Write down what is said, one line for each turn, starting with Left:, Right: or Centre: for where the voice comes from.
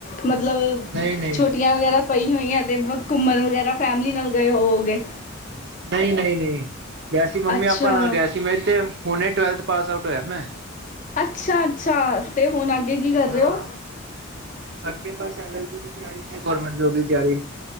Left: ਮਤਲਬ
Right: ਨਈ ਨਈ
Left: ਛੁੱਟੀਆਂ ਵਗੈਰਾ ਪਈ ਹੋਈਐ ਤੇ ਘੁੰਮਣ ਵਗੈਰਾ ਫੈਮਲੀ ਨਾਲ ਗਏ ਹੋਵੋਗੇ।
Right: ਨਈ ਨਈ ਨਈ ਗੇਯਾ ਸੀ ਮੰਮੀ
Left: ਅੱਛਾ
Right: ਆਪਾਂ ਨਾਲ ਗਿਆ ਸੀ ਮੇਰੇ ਤੇ ਹੁਣੇ ਟਵੈਲਥ ਪਾਸ ਆਊਟ ਹੋਇਆ ਮੈਂ
Left: ਅੱਛਾ- ਅੱਛਾ ਤੇ ਹੁਣ ਅੱਗੇ ਕੀ ਕਰੇ
Right: ਹਾਂ
Left: ਔ
Right: ਅੱਗੇ ਬਸ ਲ ਲ ਬੀ ਦੀ ਤਿਆਰੀ ਤੇ ਗੋਰਮੈਂਟ ਜੋਬ ਦੀ ਤਿਯਾਰੀ।